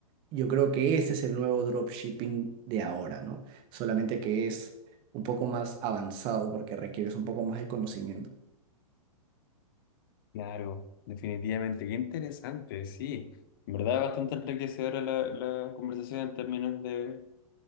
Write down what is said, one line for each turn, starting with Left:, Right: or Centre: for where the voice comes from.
Right: Yo creo que ese es el nuevo dropshipping de ahora, ¿no? Solamente que es un poco más avanzado porque requieres un poco más de conocimiento.
Left: Claro, definitivamente. Qué interesante, sí. En verdad, bastante enriquecedora la, la conversación en términos de